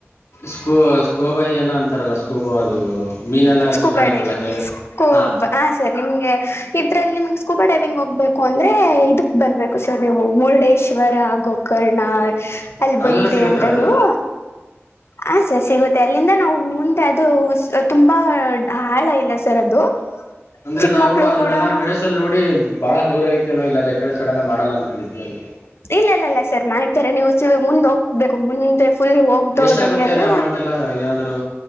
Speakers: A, on the left; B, on the left.
A: ಸ್ಕೋ ಸ್ಕೋಬಾಯಿ ಏನ ಅಂತಾರಲ್ಲ. ಸೊಬ್ ಅದು ಮೀನೆಲ್ಲ
B: ಸ್ಕೂಬಾ
A: ಸಿಕ್ಕಾಣುತ್ತಲ್ಲ
B: ಡೈವಿಂಗ್
A: ಕೆಳಗಡೆ
B: ಸ್ಕೂಬ್
A: ಹಾ
B: ಹಾ ಸರ್ ನಿಮ್ಗೆ ಇದರಲ್ಲಿ ನಿಮ್ಗೆ ಸ್ಕೂಬಾ ಡ್ರವಿಂಗ್ ಹೋಗ್ಬೇಕು ಅಂದ್ರೆ ಇದಕ್ ಬಂದಬೇಕು. ಸರ್ ನೀವು ಮುರುಡೇಶ್ವರ ಗೋಕರ್ಣ ಅಲ್ಲಿ
A: ಅಲ್ಲ
B: ಬಂದ್ರಿ
A: ಸಿಗುತ್ತಾ
B: ಅಂದ್ರ
A: ಅದು
B: ನೀವು ಆ ಸೆ ಸಿಗುತ್ತೆ ಅಲ್ಲಿಂದ ನಾವು ಮುಂದೆ ಅದು ತುಂಬಾ ಹಾಳ ಇಲ್ಲ ಸರ್ ಅದು.
A: ಅಂದ್ರೆ
B: ಚಿಕ್ಕ
A: ನಾವು
B: ಮಕ್ಳು
A: ಅದನ್ನೆಲ್ಲಾ
B: ಕೂಡನು
A: ನಾ ವಿಡಿಯೋಸ್ಲ್ಲಿ ನೋಡಿ ಭಾಳ ದೂರ ಐತೇನ ಇಲ್ಲ ಕಡೆ ಸಡೆ ಎಲ್ಲ ಮಾಡಲ್ಲ ಅನ್ಕೊಂಡಿದ್ವಿ ಅದಕ್ಕೆ.
B: ಇಲ್ಲ ಇ ಇಲ್ಲ ಸರ್ ನತಾರೆ ನೀವು ಮುಂದೆ ಹೋಗ್ಬೇಕು ಮುಂದೆ ಫುಲ್ ಹೋಗ ಹ
A: ಎಷ್ಟಾಗುತ್ತೆ
B: ಹೋದಂಗೆಲ್ಲ
A: ಅದು ಅಮೌಂಟ್ ಎಲ್ಲ ಏನಾದ್ರು